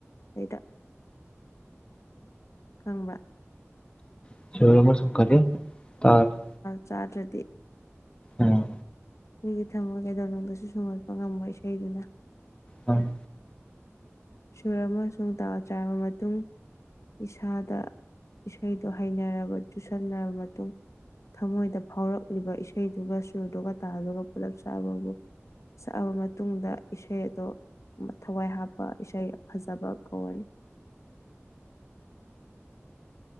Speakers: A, on the left; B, on the left.
A: ꯑꯩꯗ ꯈꯪꯕ
B: <unintelligible>
A: ꯆꯥꯗ꯭ꯔꯗꯤ
B: ꯑꯥ
A: ꯃꯤꯒꯤ ꯊꯝꯃꯣꯏ ꯀꯩꯗꯧꯅꯨꯡꯗꯁꯨ ꯁꯨꯡꯒꯠꯄ ꯉꯝꯃꯣꯏ ꯏꯁꯩꯗꯨꯅ
B: ꯎꯝ
A: ꯁꯨꯔ ꯑꯃꯁꯨꯡ ꯇꯥꯎ ꯆꯥꯔꯕ ꯃꯇꯨꯡ ꯏꯁꯥꯗ ꯏꯁꯩꯗꯣ ꯍꯩꯅꯔꯕ ꯆꯨꯁꯟꯅꯔꯕ ꯃꯇꯨꯡ ꯊꯃꯣꯏꯗ ꯐꯥꯎꯔꯛꯂꯤꯕ ꯏꯁꯩꯗꯨꯒ ꯁꯨꯔꯗꯨꯒ ꯇꯥꯗꯨꯒ ꯄꯨꯂꯞ ꯆꯥꯕꯕꯨ ꯁꯛꯑꯕ ꯃꯇꯨꯡꯗ ꯏꯁꯩ ꯑꯗꯣ ꯊꯋꯥꯏ ꯍꯥꯞꯄ ꯑꯩꯁꯥ ꯐꯖꯥꯕ ꯀꯧꯋꯥꯅꯤ